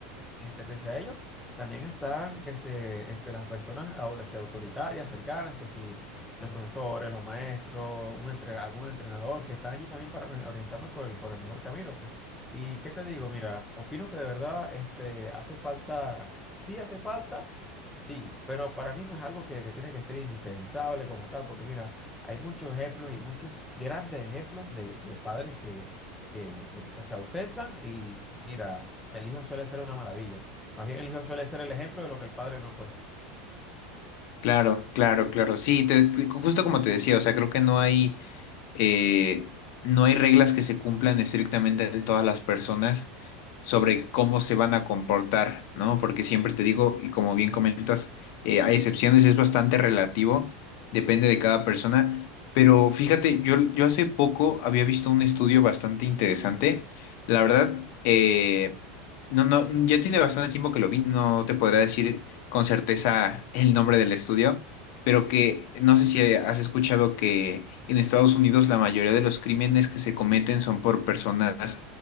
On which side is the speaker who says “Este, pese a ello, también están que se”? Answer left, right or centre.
Centre